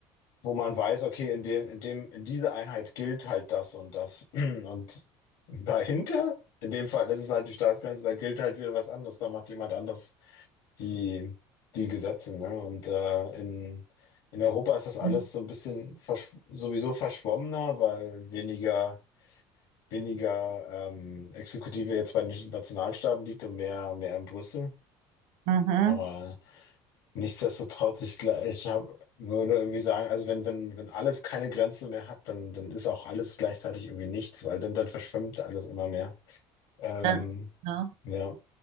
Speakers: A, on the left; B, on the right.
A: wo man weiß, okay, in dem, in dem, in dieser Einheit gilt halt das und das. <clears throat> Und dahinter, in dem Fall, das ist halt die Staatsgrenze, da gilt halt wieder was anderes, da macht jemand anderes die, die Gesetze, ne? Und äh, in, in Europa ist das alles
B: Mhm.
A: so ein bisschen versch sowieso verschwommener, weil weniger, weniger ähm, Exekutive jetzt bei den Nationalstaaten liegt und mehr, mehr in Brüssel.
B: Mhm.
A: Aber nichtsdestotrotz, ich, gla- ich hab, würde irgendwie sagen, also wenn, wenn, wenn alles keine Grenzen mehr hat, dann, dann ist auch alles gleichzeitig irgendwie nichts, weil dann, dann verschwimmt alles immer mehr. Ähm,
B: Das, ja.
A: ja.